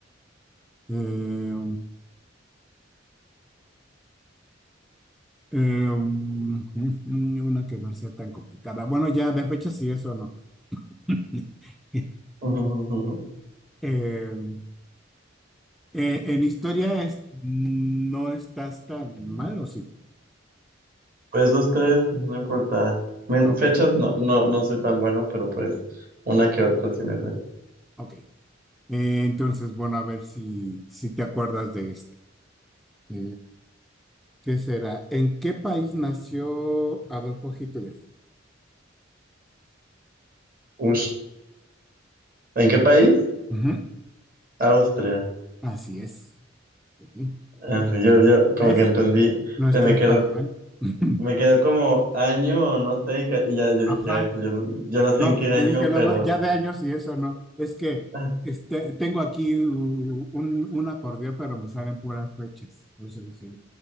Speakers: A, in the centre; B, on the right.
A: Eh, Em, em, <laughs> una que no sea tan complicada. Bueno, ya de fecha sí, eso no. <laughs>
B: <laughs>
A: Em, eh, en historia es, no estás tan mal, ¿o sí?
B: Pues dos tres, no importa. Men-
A: Ok,
B: Fechas no, no, no soy tan bueno, pero pues una que otra sí me sé.
A: ok. Eh, entonces, bueno, a ver si, si te acuerdas de este. Eh, ¿qué será? ¿En qué país nació Adolfo Hitler?
B: Ush. ¿En qué país?
A: Ujú,
B: Austria.
A: Así es. Ujú.
B: Ah, sí, yo, yo como
A: Es
B: que entendí,
A: no estás
B: se me quedó,
A: tan mal. <clears throat> <laughs>
B: me quedó como año o no sé, y ca- y ya yo dije,
A: Ajá,
B: ay, pues yo no, yo no sé
A: no,
B: en qué año,
A: te dije, no,
B: pero...
A: no, ya de años y eso no. Es que
B: ah.
A: este, tengo aquí u- un, un acordeón, pero me salen puras fechas. Por eso dije,